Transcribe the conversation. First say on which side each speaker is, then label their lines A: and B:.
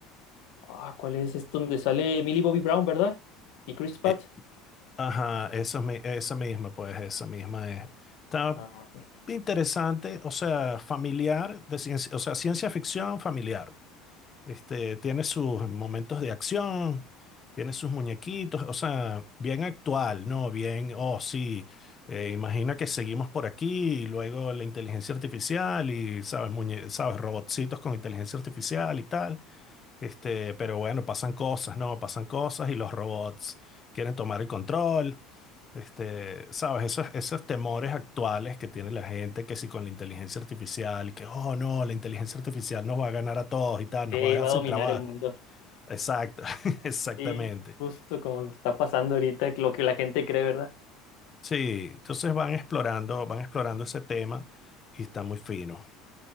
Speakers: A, on the left; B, on the left.
A: Ah, ¿cuál es? Es donde sale Millie Bobby Brown, ¿verdad? Y Chris Pratt.
B: eh, ajá, esa, mi- esa misma, pues esa misma es. Está
A: Ah, ok.
B: interesante, o sea, familiar, de ciencia, o sea, ciencia ficción familiar. Este, tiene sus momentos de acción, tiene sus muñequitos, o sea, bien actual, ¿no? Bien, oh, sí, eh, imagina que seguimos por aquí y luego la inteligencia artificial y, ¿sabes? Muñe- ¿sabes? Robotcitos con inteligencia artificial y tal. Este, pero bueno, pasan cosas, ¿no? Pasan cosas y los robots quieren tomar el control. Este, sabes, esos, esos temores actuales que tiene la gente, que si con la inteligencia artificial y que, oh no, la inteligencia artificial nos va a ganar a todos y tal,
A: Sí,
B: nos va a dejar
A: va a
B: sin
A: dominar
B: trabajo.
A: el mundo.
B: Exacto, <laughs> exactamente.
A: Sí, justo como lo está pasando ahorita, lo que la gente cree, ¿verdad?
B: Sí, entonces van explorando, van explorando ese tema y está muy fino.